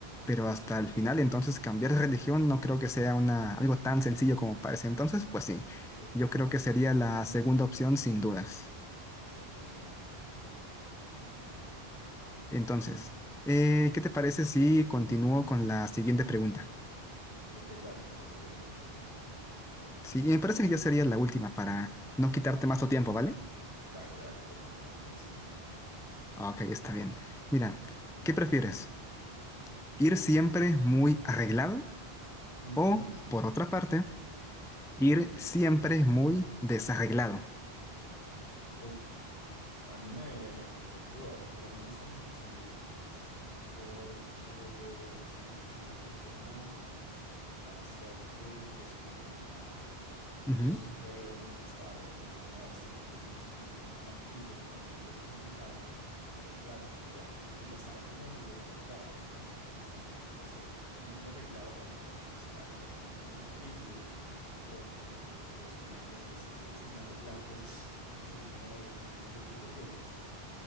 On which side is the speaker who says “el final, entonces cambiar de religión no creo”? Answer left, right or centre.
Centre